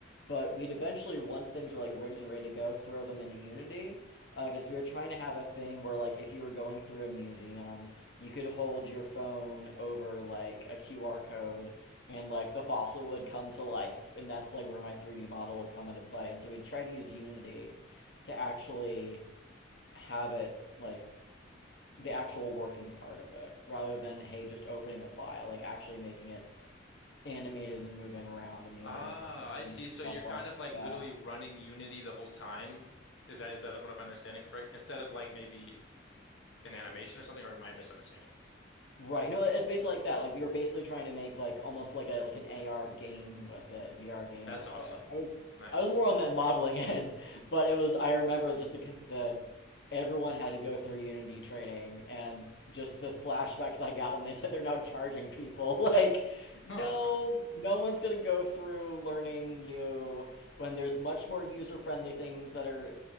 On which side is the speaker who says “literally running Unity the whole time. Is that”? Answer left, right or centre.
Left